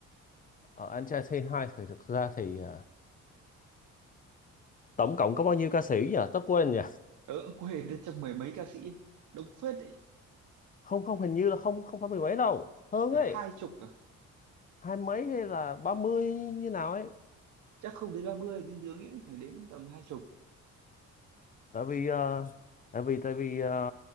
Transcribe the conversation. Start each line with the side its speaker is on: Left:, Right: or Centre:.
Left: Ờ, anh trai Say Hi thì thực ra thì ờ, tổng cộng có bao nhiêu ca sĩ nhỉ? Tớ quên nhỉ.
Right: Ờ, ông quên được trong mười mấy ca sĩ đông phết đấy,
Left: Không không hình như là không không phải mười mấy đâu, hơn
Right: phải
Left: ấy,
Right: hai chục à?
Left: hai mấy hay là ba mươi như nào ấy.
Right: chắc không đến 30 nhưng tớ nghĩ cũng phải đến tầm hai chục
Left: tại vì ờ, tại vì tại vì ờ,